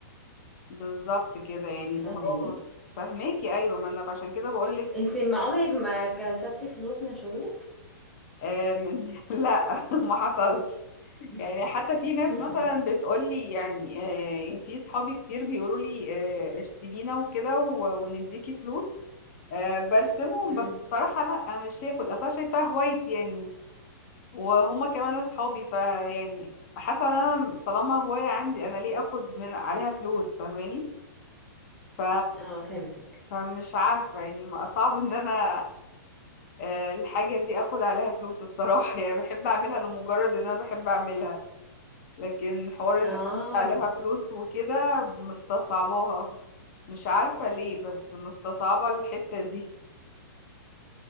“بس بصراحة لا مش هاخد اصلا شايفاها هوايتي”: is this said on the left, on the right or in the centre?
Left